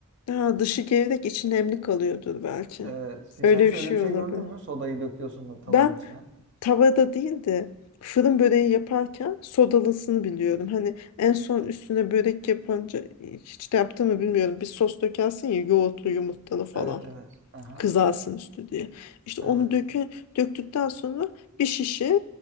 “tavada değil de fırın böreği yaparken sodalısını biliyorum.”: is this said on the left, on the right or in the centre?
Left